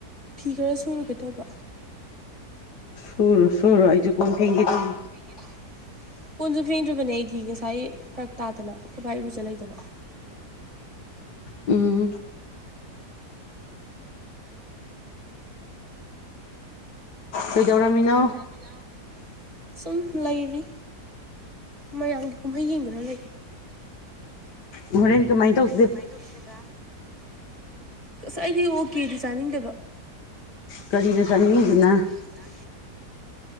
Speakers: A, on the right (about 20°); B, on the left (about 80°).
A: ꯐꯤ ꯈꯔ ꯁꯨꯔꯨꯒꯦ ꯇꯧꯕ
B: ꯁꯨꯔꯨꯔꯣ ꯁꯨꯔꯨꯔꯣ ꯑꯩꯖꯨ ꯀꯣꯟ ꯐꯦꯡꯒꯦ ꯇꯧꯔꯤ
A: ꯐꯦꯡꯒꯦ ꯇꯧꯔꯤ ꯀꯣꯟꯁꯨ ꯐꯦꯡꯗ꯭ꯔꯤꯕꯅꯦ ꯑꯩꯗꯤ ꯉꯁꯥꯏ ꯐꯔꯛ ꯇꯥꯗꯅ ꯑꯩꯈꯣꯏꯕꯥ ꯏꯔꯨꯖꯥ ꯂꯩꯗꯅ
B: ꯎꯝ ꯀꯩꯗꯧꯔꯝꯃꯤꯅꯣ
A: ꯃꯤꯅꯣ ꯁꯨꯝ ꯂꯩꯔꯤ ꯃꯌꯥꯝꯒꯤ ꯀꯨꯝꯍꯩ ꯌꯦꯡꯗꯅ ꯂꯩ
B: ꯍꯣꯔꯦꯟ ꯀꯃꯥꯏꯅ ꯇꯧ
A: ꯀꯃꯥꯏꯟ ꯇꯧꯁꯦꯕ ꯑꯁ ꯑꯩꯗꯤ ꯑꯣ ꯀꯦꯗꯤ ꯆꯥꯅꯤꯡꯗꯦꯕ
B: ꯀꯔꯤꯅꯣ ꯆꯥꯅꯤꯡꯉꯤꯁꯤꯅ
A: ꯀꯔꯤꯅꯣ ꯆꯥꯅꯤꯡꯉꯤꯁꯤꯅꯥ